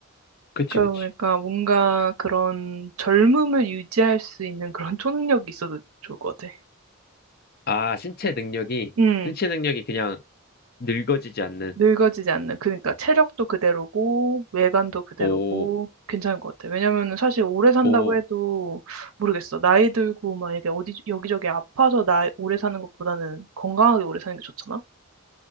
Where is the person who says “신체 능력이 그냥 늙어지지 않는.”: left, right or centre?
Left